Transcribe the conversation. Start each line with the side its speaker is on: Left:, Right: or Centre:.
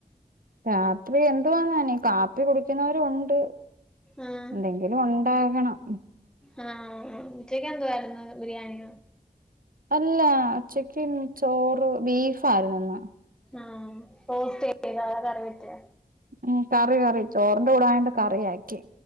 Right: രാത്രി എന്ത്വാന്നാനീ കാപ്പി കുടിക്കുന്നവരു ഉണ്ട്
Centre: ആഹ്
Right: എന്തെങ്കിലും ഒന്ന് ണ്ടാകണം
Centre: ആഹ് അ അ ച്ചക്ക് എന്തുവായിരുന്നു ബിരിയാണി യോ
Right: അല്ല ചിക്കൻ ചോറ് ബീഫായിരുന്നുന്ന്
Centre: ആഹ് <unintelligible> വേറെ കറി പറ്റോ
Right: ഉം കറി കറി ചോറിന്റെ കൂടായണ്ട് കറിയാക്കി